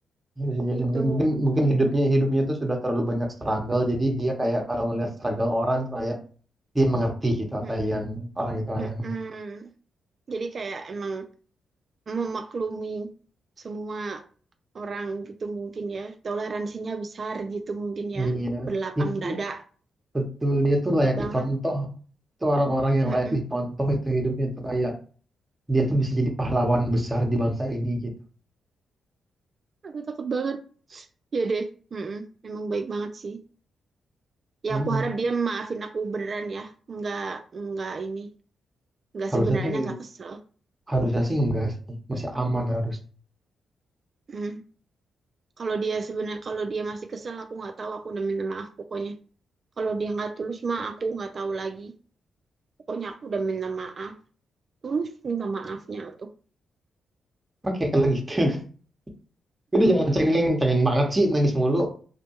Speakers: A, on the right; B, on the right.
A: Iya sih, jadi
B: gitu
A: mungkin mungkin mungkin hidupnya hidupnya tuh sudah terlalu banyak struggle. Jadi dia kayak kalau ngeliat struggle orang tuh kayak dia mengerti gitu apa
B: Mm-mm.
A: yang orang itu
B: Mm-mm.
A: alami.
B: Jadi kayak emang memaklumi semua orang gitu mungkin ya. Toleransinya besar gitu mungkin
A: Iya,
B: ya. Berlapang
A: dia tuh
B: dada
A: betul dia tuh
B: baik
A: layak
B: banget.
A: dicontoh. Itu orang-orang yang
B: Mm-mm.
A: layak dicontoh itu hidupnya tuh kayak dia tuh bisa jadi pahlawan besar di bangsa ini gitu.
B: aduh takut banget Iya deh. Mm-mm. Emang baik banget sih. Ya
A: Mm-mm.
B: aku harap dia maafin aku beneran ya. nggak nggak ini. nggak
A: Harusnya
B: sebenarnya
A: sih
B: nggak kesel.
A: harusnya sih enggak sih. Masih aman harus.
B: Mm. Kalau dia sebenarnya kalau dia masih kesel aku nggak tahu aku udah minta maaf pokoknya. Kalau dia nggak tulus mah aku nggak tahu lagi. Pokoknya aku udah minta maaf. Tulus minta maafnya tuh.
A: Oke, kalau gitu. <laughs> Udah jangan cengeng, cengeng banget sih nangis mulu.